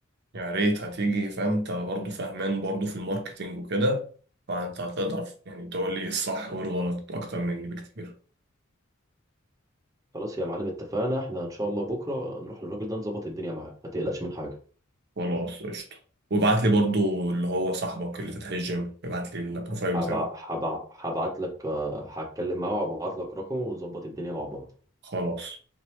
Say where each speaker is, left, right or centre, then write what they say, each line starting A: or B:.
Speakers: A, on the right (about 55°); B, on the right (about 15°).
A: يا ريت هتيجي فاهم انت برضه فاهمان برضه في الماركتينج وكده فانت هتقدر يعني تقول لي إيه الصح والغلط اكتر مني بكتير
B: خلاص يا معلم اتفقنا احنا ان شاء الله بكرة نروح للراجل ده نظبط الدنيا معاه ما تقلقش من حاجة
A: خلاص قشطة وابعت لي برضو اللي هو صاحبك اللي فاتح الجيم ابعت لي البروفايل
B: هبع...
A: بتاعه
B: هبع... هبعت لك آه، هتكلم معاه وهبعت لك رقمه ونظبط الدنيا مع بعض
A: خلاص